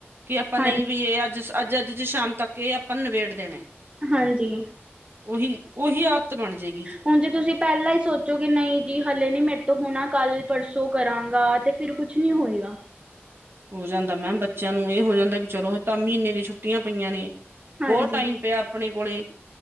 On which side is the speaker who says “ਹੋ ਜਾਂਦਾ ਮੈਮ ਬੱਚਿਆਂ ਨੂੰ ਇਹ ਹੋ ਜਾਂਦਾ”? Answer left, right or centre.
Right